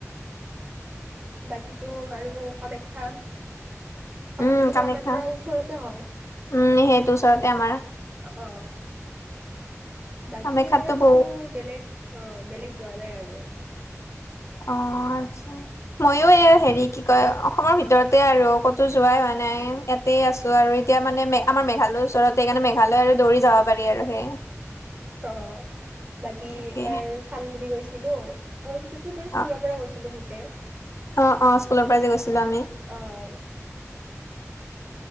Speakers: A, on the right; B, on the left.
A: বাকীটো আৰু কামাখ্যা। আমি
B: উম
A: কামাখ্যাটো
B: কামাখ্যা
A: আমাৰ পৰা ওচৰতে হয়।
B: উম সেইটো ওচৰতে
A: বেছি
B: আমাৰ
A: অ' বাকী
B: কামাখ্যাতো
A: এনেকে ক'তো
B: বহু
A: বেলেগ অ বেলেগ যোৱা নাই আৰু
B: অ আচছা মইো এই হেৰি কি কয় অসমৰ ভিতৰতে আৰু ক'তো যোৱাই হোৱা নাই। নাই ইয়াতে আছো আৰু এতিয়া মানে আমাৰ মেঘালয়ৰ ওচৰতে সেই কাৰণে মেঘালয় আৰু দৌৰি যাব পাৰি আৰু সেই
A: অ বাকী
B: তাকে
A: এবাৰ চানডুবি গৈছিলো। ত' সিটোতো বাৰু স্কুলৰ
B: অ',
A: পৰা গৈছিলো গোটেই।
B: অ অ স্কুলৰ পৰা যে গৈছিলো আমি
A: অ',